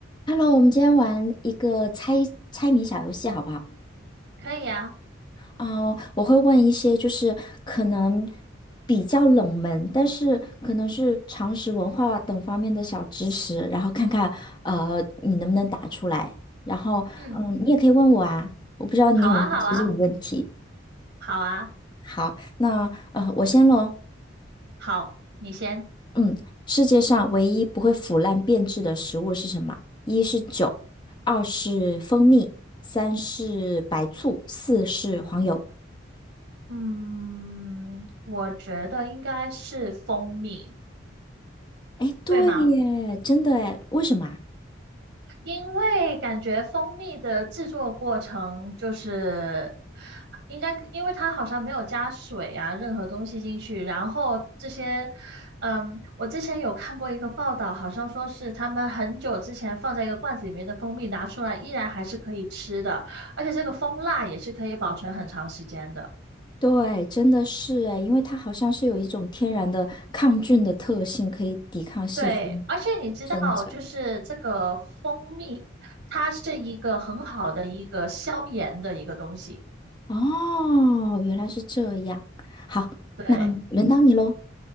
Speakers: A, on the left; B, on the right.
A: Hello，我们今天玩一个猜猜谜小游戏，好不好？
B: 可以啊，
A: 啊、我会问一些就是可能比较冷门，但是可能是常识、文化等方面的小知识，然后看看呃你能不能打出来。然后嗯，
B: 嗯，
A: 你也可以问我啊，我不知道你有没有接近问题。
B: 好啊，好啊，好啊，
A: 好，那呃我先喽。
B: 好，你先。
A: 嗯，世界上唯一不会腐烂变质的食物是什么？一是酒，二是蜂蜜，三是白醋，四是黄油。
B: 嗯，我觉得应该是蜂蜜，
A: 哎，对耶，
B: 对吗？
A: 真的哎，为什么啊？
B: 因为感觉蜂蜜的制作过程就是应该，因为它好像没有加水啊，任何东西进去。然后这些，嗯，我之前有看过一个报道，好像说是他们很久之前放在一个罐子里面的蜂蜜拿出来，依然还是可以吃的，而且这个蜂蜡也是可以保存很长时间的。
A: 对，真的是哎，因为它好像是有一种天然的抗菌的特性，可以抵抗细菌
B: 对，而且你知道，
A: 生长。
B: 就是这个蜂蜜，它是一个很好的一个消炎的一个东西。
A: 哦，原来是这样。好，
B: 对。
A: 那轮到你喽。